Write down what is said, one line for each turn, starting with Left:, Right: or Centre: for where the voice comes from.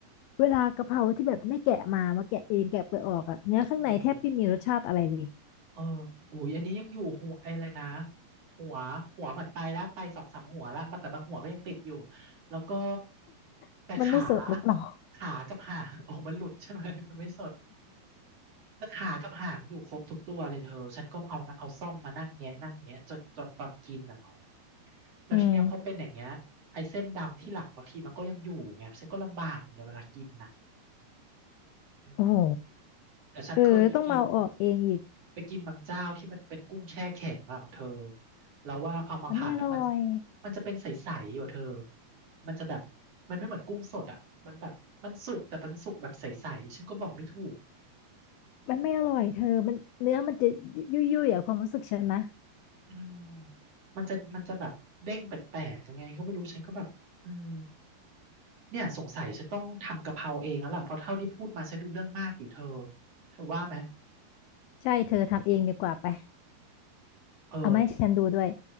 Left: เวลากะเพราที่แบบไม่แกะมามาแกะเองแกะเปลือกออกอะเนื้อข้างในแทบไม่มีรสชาติอะไรเลย
Right: เออ เอออุ้ยอันนี้ยังอยู่หัวไออะไรนะหัวหัวเหมือนไปแล้วไปสองสามหัวแล้วแต่บางหัวก็ยังติดอยู่แล้วก็
Left: <laughs>
Right: แต่ขา
Left: มันไม่สดหรือเปล่า
Right: ขากับหาง <laughs> ออกมันหลุดใช่ไหมมันไม่สดแต่ขากับหางอยู่ครบทุกตัวเลยเธอฉันก็เอานะเอาซ่อมมานั่งแงะนั่งแงะจนจนตอนกินน่ะเนาะ
Left: <laughs>
Right: แล้วทีเนี้ยพอเป็นอย่างเงี้ยไอ้เส้นดำที่หลังบางทีมันก็ยังอยู่ไงฉันก็ลำบากไงเวลากินน่ะ
Left: อืม
Right: อืม
Left: โอ้โห
Right: แต่ฉันเคยไปกิน
Left: เออต้องมาเอาออกเองอีก
Right: ไปกินบางเจ้าที่มันเป็นกุ้งแช่แข็งเปล่าเธอแล้วว่าเอามาผัดอ่ะมัน
Left: มันไม่อร่อย
Right: มันจะเป็นใสๆอยู่เธอมันจะแบบมันไม่เหมือนกุ้งสดอ่ะมันแบบมันสุกแต่มันสุกแบบใสๆฉันก็บอกไม่ถูก
Left: มันไม่อร่อยเธอมันเนื้อมันจะยุ่ยยุ่ยๆอะความรู้สึกฉันนะ
Right: อืมมันจะมันจะแบบเด้งแปลกๆยังไงก็ไม่รู้ฉันก็แบบอืมเนี่ยสงสัยฉันต้องทำกะเพราเองแล้วล่ะเพราะเท่าที่พูดมาฉันดูเรื่องมากอยู่เธอเธอว่าไหม
Left: ใช่เธอทำเองดีกว่าไป
Right: เออ
Left: เอามาให้ฉันดูด้วย